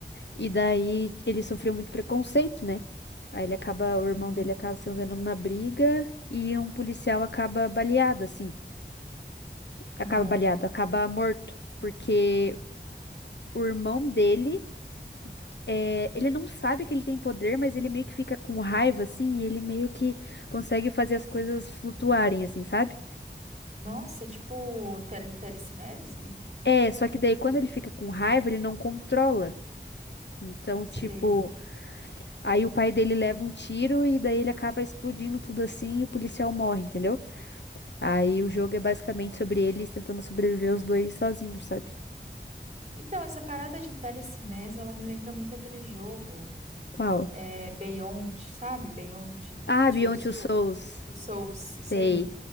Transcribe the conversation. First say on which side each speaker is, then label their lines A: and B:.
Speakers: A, on the left; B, on the right.
A: E daí ele sofreu muito preconceito, né? Aí ele acaba,
B: Sim.
A: o irmão dele acaba se envolvendo numa briga e um policial acaba baleado, assim. Acaba
B: Aham.
A: baleado, acaba morto. Porque o irmão dele, é, ele não sabe que ele tem poder, mas ele meio que fica com raiva, assim, e ele meio que consegue fazer as coisas flutuarem, assim, sabe?
B: Nossa, tipo, tel telecinese?
A: É, só que daí quando ele fica com raiva, ele não controla. Então, tipo,
B: Sei.
A: aí o pai dele leva um tiro e daí ele acaba explodindo tudo assim e o policial morre, entendeu? Aí o jogo é basicamente sobre eles tentando sobreviver os dois sozinhos, sabe?
B: Então, essa parada de telecinese, ela me lembra muito aquele jogo,
A: Qual?
B: é, Beyond, sabe? Beyond
A: Ah,
B: Two
A: Beyond
B: Soul,
A: Two Souls.
B: Two Souls, isso
A: Sei,
B: aí.